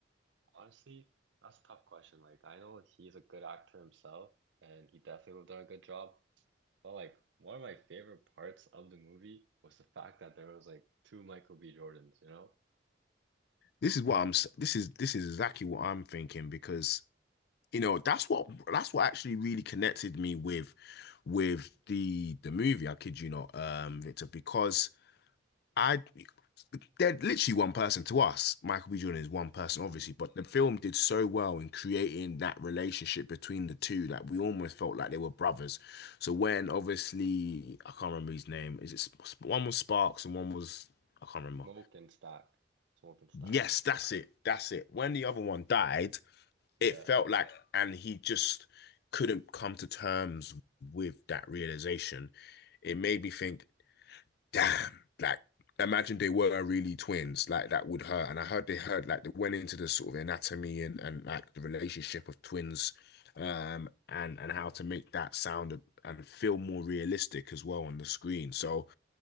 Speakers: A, on the right; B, on the left.
A: Honestly, that's a tough question. Like, I know he's a good actor himself, and he definitely would have done a good job. But like, one of my favorite parts of the movie was the fact that there was like two Michael B. Jordans, you know?
B: This is what I'm. This is this is exactly what I'm thinking because you know that's what that's what actually really connected me with with the the movie. I kid you not, um, Victor, because I they're literally one person to us. Michael B. Jordan is one person,
A: Mm-hmm.
B: obviously, but the film did so well in creating that relationship between the two that we almost felt like they were brothers. So when obviously I can't remember his name, is it Sp- one was Sparks and one was I can't remember.
A: Smoke and Stack. Smoke and Stack.
B: Yes, that's it. That's it. When the other one died,
A: Yeah,
B: it felt like, and he just couldn't come to terms with that realization. It made me think, damn, like, imagine they were really twins, like, that would hurt. And I heard they heard, like, they went into the sort of anatomy and, and like, the relationship of twins, um, and, and how to make that sound and feel more realistic as well on the screen. So,